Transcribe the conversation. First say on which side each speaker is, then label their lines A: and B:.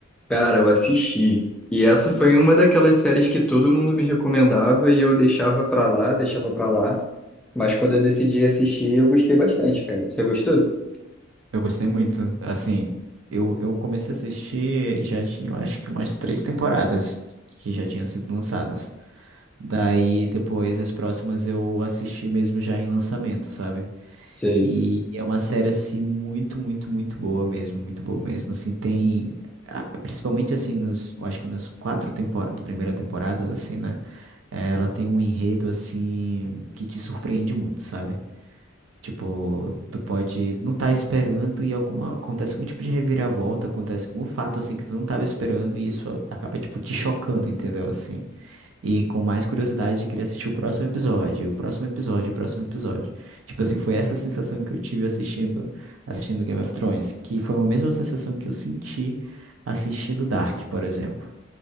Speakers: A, in the centre; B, on the right.
A: Cara, eu assisti. E essa foi uma daquelas séries que todo mundo me recomendava e eu deixava pra lá, deixava pra lá. Mas quando eu decidi assistir, eu gostei bastante, cara. Você gostou?
B: Eu gostei muito. Assim, eu, eu comecei a assistir, já tinha, eu acho que umas três temporadas que já tinham sido lançadas. Daí, depois, as próximas eu assisti mesmo já em lançamento, sabe?
A: Sei,
B: E é uma série, assim, muito, muito, muito boa mesmo, muito boa mesmo, assim, tem, a- principalmente, assim, nos, eu acho que nas quatro temporadas, primeira temporadas, assim, né, eh, ela tem um enredo, assim, que te surpreende muito, sabe? Tipo, tu pode não estar esperando e alguma, acontece algum tipo de reviravolta, acontece algum fato, assim, que tu não tava esperando e isso acaba, tipo, te chocando, entendeu, assim? E com mais curiosidade de querer assistir o próximo episódio, o próximo episódio, o próximo episódio. Tipo assim, foi essa sensação que eu tive assistindo, assistindo Game of Thrones, que foi a mesma sensação que eu senti assistindo Dark, por exemplo.